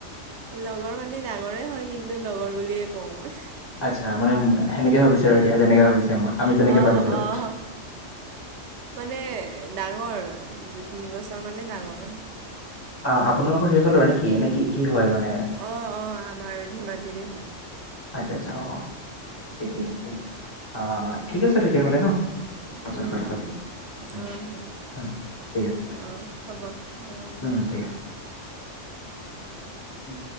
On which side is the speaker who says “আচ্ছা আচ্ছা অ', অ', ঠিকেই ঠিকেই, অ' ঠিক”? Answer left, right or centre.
Left